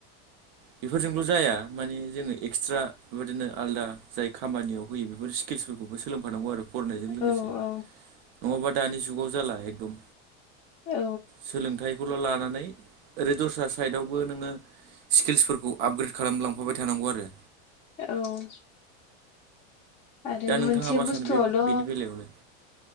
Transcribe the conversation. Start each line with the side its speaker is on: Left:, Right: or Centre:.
Right: बेफोरजोंल' जाया मानि जोंङो एक्सट्रा बेबादिनो आलादा जाय खामानियाव होयो बेफोर स्किल्सफोरखौबो सोंफानांगौ आरो फरायनायजों लोगोसे
Left: औ औ
Right: नङाबा दानि जुगाव जाला एकदम
Left: औ
Right: सोलोंथाइखौल' लानानै ओरै दस्रा साइदावबो नोंङो स्किल्सफोरखौ आपग्रेड खालामलांफाबाय थानांगौ आरो।
Left: ओ औ आरो
Right: दा नोंथाङा
Left: मोनसे
Right: मा
Left: बुस्थुआवल'
Right: सानो बे बेनि बेलायावलाय